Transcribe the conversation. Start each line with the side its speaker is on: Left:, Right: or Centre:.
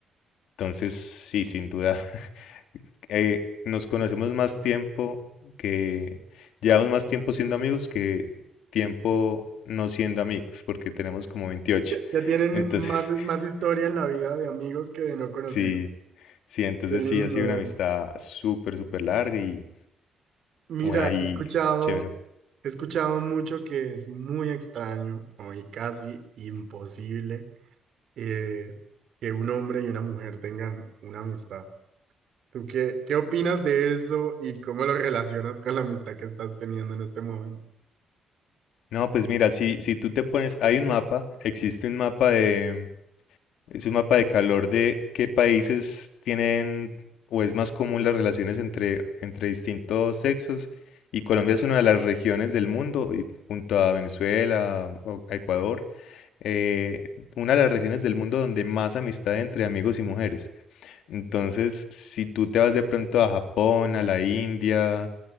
Left: entonces sí, sin duda. <laughs> eh, nos conocemos más tiempo que llevamos más tiempo siendo amigos que tiempo no siendo amigos, porque tenemos como veintiocho
Right: Ya tienen
Left: Entonces,
Right: más, más
Left: <laughs>
Right: historia en la vida de amigos que de no conocidos.
Left: sí, sí, entonces
Right: Qué lindo.
Left: sí, ha sido una amistad súper, súper larga y
Right: Mira,
Left: bueno, ahí,
Right: he escuchado,
Left: chévere.
Right: he escuchado mucho que es muy extraño o y casi imposible eh, que un hombre y una mujer tengan una amistad. ¿Tú qué, qué opinas de eso y cómo lo relacionas con la amistad que estás teniendo en este momento?
Left: No, pues mira, si, si tú te pones, hay un mapa, existe un mapa de, Es un mapa de calor de qué países tienen o es más común las relaciones entre, entre distintos sexos. Y Colombia es una de las regiones del mundo, y junto a Venezuela, o a Ecuador, eh, una de las regiones del mundo donde más amistad entre amigos y mujeres. Entonces, si tú te vas de pronto a Japón, a la India,